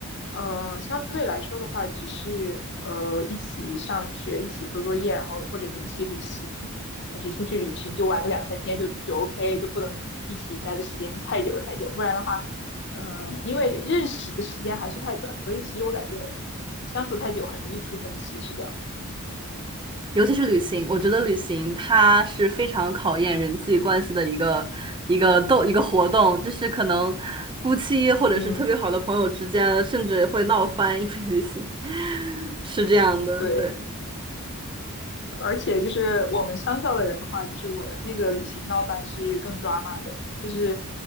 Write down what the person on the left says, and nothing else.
呃，相对来说的话，只是呃一起上学，一起做作业，然后或者一起旅行。但是出去旅行就玩个两三天就就 OK，就不能一起待的时间太久太久，不然的话，嗯、因为认识的时间还是太短，所以其实我感觉相处太久很容易出分歧，是这样的。
嗯，
对。
而且就是我们商校的人的话，就是我们那个旅行闹翻是更抓马的，就是